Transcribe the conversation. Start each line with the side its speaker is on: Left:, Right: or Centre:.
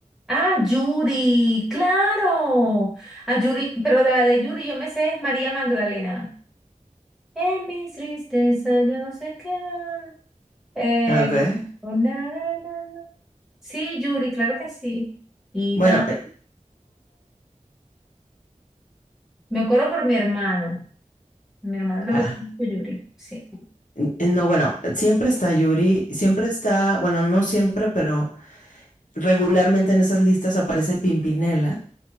Centre: Ah, Yuri, claro. A Yuri, pero la de Yuri yo me sé es María Magdalena. En mis tristezas yo no sé qué va. Eh,
Left: Ok.
Centre: oh, na, na, na, na. Sí, Yuri, claro que sí. Y
Left: Bueno,
Centre: la...
Left: eh,
Centre: Me acuerdo por mi hermano. A mi hermano le
Left: ah,
Centre: gusta mucho Yuri, sí.
Left: eh, no, bueno, siempre está Yuri, siempre está, bueno, no siempre, pero regularmente en esas listas aparece Pimpinela.